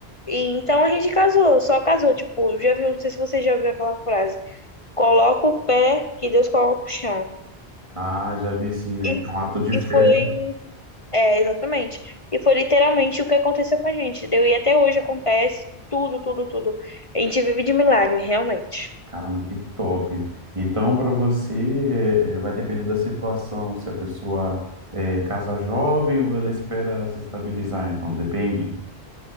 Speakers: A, on the left; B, on the right.
A: E então a gente casou, só casou. Tipo, já viu, não sei se você já viu aquela frase: coloca o pé que Deus coloca o chão.
B: Ah, já vi sim, né?
A: E,
B: Que é um ato de fé,
A: e foi
B: né?
A: É, exatamente. E foi literalmente o que aconteceu com a gente, deu? E até hoje acontece tudo, tudo, tudo. A gente vive de milagre, realmente.
B: Caramba, que top. Então, para você, é, é, vai depender da situação, se a pessoa é, casa jovem ou ela espera se estabilizar, então, depende.